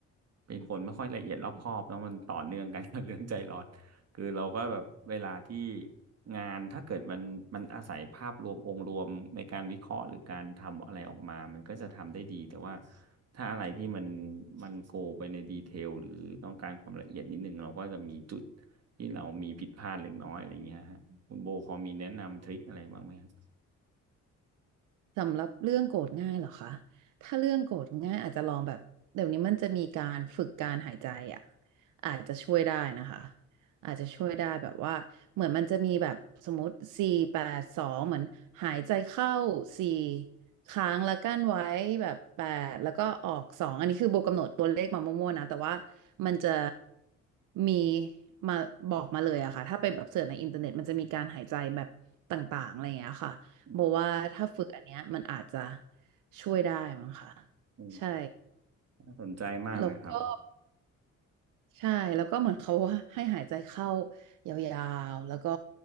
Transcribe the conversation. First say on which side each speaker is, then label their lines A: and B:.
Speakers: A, on the right; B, on the right.
A: เป็นคนไม่ค่อยละเอียดรอบคอบแล้วมันต่อเนื่องกันกับเรื่องใจร้อน คือเราก็แบบเวลาที่งานถ้าเกิดมันมันอาศัยภาพรวมองค์รวมในการวิเคราะห์หรือการทำอะไรออกมามันก็จะทำได้ดีแต่ว่าถ้าอะไรที่มันมันโกไปในดีเทลหรือต้องการความละเอียดนิดนึงเราก็จะมีจุดที่เรามีผิดพลาดเล็กน้อยอะไรอย่างเงี้ยฮะคุณโบพอมีแนะนำทริคอะไรบ้างไหมฮะ
B: สำหรับเรื่องโกรธง่ายเหรอคะถ้าเรื่องโกรธง่ายอาจจะลองแบบเดี๋ยวนี้มันจะมีการฝึกการหายใจอ่ะอาจจะช่วยได้นะคะอาจจะช่วยได้แบบว่าเหมือนมันจะมีแบบสมมติสี่แปดสองเหมือนหายใจเข้าสี่ค้างแล้วกั้นไว้แบบแปดแล้วก็ออกสองอันนี้คือโบกำหนดตัวเลขมามั่วๆนะแต่ว่ามันจะมีมาบอกมาเลยอะค่ะถ้าไปแบบเสิร์ชในอินเทอร์เน็ตมันจะมีการหายใจแบบต่างๆอะไรอย่างเงี้ยค่ะ
A: อืม
B: โบว่าถ้าฝึกอันเนี้ยมันอาจจะช่วยได้มั้งค่ะ
A: อืม
B: ใช่
A: น่าสนใจมากเลยครับ
B: แล้วก็ใช่แล้วก็เหมือนเขาว่าให้หายใจเข้ายาวๆแล้วก็